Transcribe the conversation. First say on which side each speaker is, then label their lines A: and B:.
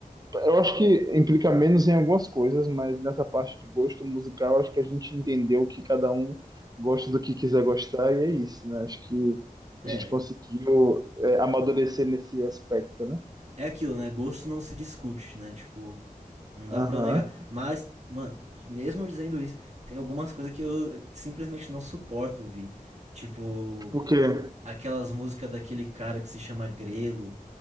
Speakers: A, on the right; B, on the right.
A: Eu acho que implica menos em algumas coisas, mas nessa parte de gosto musical, acho que a gente entendeu que cada um gosta do que quiser gostar e é isso, né? Acho que
B: É,
A: a gente conseguiu é, amadurecer nesse aspecto, né?
B: é aquilo, né? Gosto não se discute, né? Tipo, não dá
A: Aham.
B: pra negar. Mas, mano, mesmo dizendo isso, tem algumas coisas que eu simplesmente não suporto ouvir. Tipo,
A: Porque,
B: aquelas músicas daquele cara que se chama Grelo,